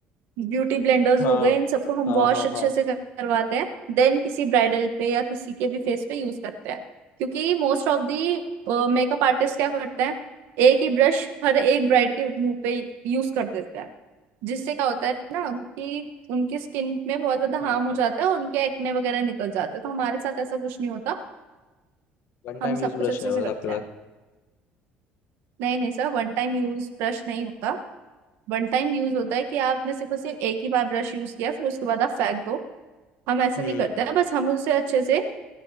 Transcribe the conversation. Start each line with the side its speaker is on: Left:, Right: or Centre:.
Right: ब्यूटी ब्लेंडर्स
Left: हाँ
Right: हो गए इन सबको हम
Left: हाँ
Right: वॉश
Left: हाँ
Right: अच्छे
Left: हाँ
Right: से कर- करवाते हैं देन किसी ब्राइडल पे या किसी के भी फेस पे यूज करते हैं क्योंकि most of the makeup artist क्या करते हैं एक ही ब्रश हर एक ब्राइड के मुंह पे यूज कर देते हैं जिससे क्या होता है ना कि उनकी स्किन में बहुत ज्यादा
Left: हाँ
Right: हार्म हो
Left: हाँ
Right: जाता है और उनके एक्ने वगैरह निकल जाते हैं तो हमारे साथ ऐसा कुछ नहीं होता
Left: वन
Right: हम
Left: टाइम यूज
Right: सब
Left: ब्रश
Right: कुछ अच्छे
Left: है
Right: से
Left: बस
Right: करते
Left: आपके पास
Right: हैं नहीं नहीं sir one time use brush नहीं होता वन टाइम यूज होता है कि आपने सिर्फ और सिर्फ एक ही बार ब्रश यूज किया फिर उसके बाद आप फेंक दो हम ऐसे
Left: हम्म
Right: नहीं करते हैं बस हम उसे अच्छे से